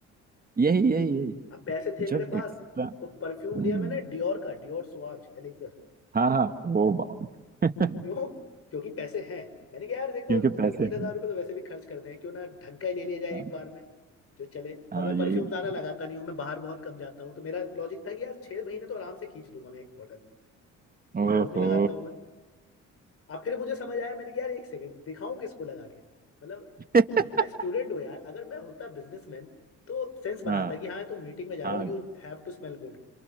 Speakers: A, on the right (about 30°); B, on the left (about 50°).
A: यही यही यही
B: अब पैसे थे मेरे
A: जब
B: पास
A: एक्स्ट्रा
B: तो परफ्यूम
A: हम्म
B: लिया मैंने डियोर का डियोर सुआज एलिक्सर
A: हाँ हाँ वो बात
B: क्यों
A: <laughs>
B: क्योंकि पैसे हैं मैंने कहा यार देखो
A: क्योंकि
B: दो
A: पैसे
B: तीन
A: हैं
B: हजार रुपये तो वैसे भी खर्च करते हैं क्यों ना ढंग का ही ले लिया जाए
A: हाँ
B: एक बार में जो चले
A: हाँ
B: और मैं परफ्यूम
A: यही
B: ज्यादा लगाता नहीं हूँ मैं बाहर बहुत कम जाता हूँ तो मेरा लॉजिक था कि यार छह महीने तो आराम से खींच दूंगा मैं एक बॉटल क्योंकि
A: ओहो
B: रोज नहीं लगाता हूँ मैं। अब फिर मुझे समझ आया मैंने कहा यार एक सेकंड दिखाऊं किसको लगा के मतलब
A: <laughs>
B: मैं स्टूडेंट हूँ यार अगर मैं होता बिजनेसमैन तो सेंस बनाता
A: हाँ
B: कि हाँ तुम मीटिंग में जा
A: हाँ
B: रहे हो you have to smell good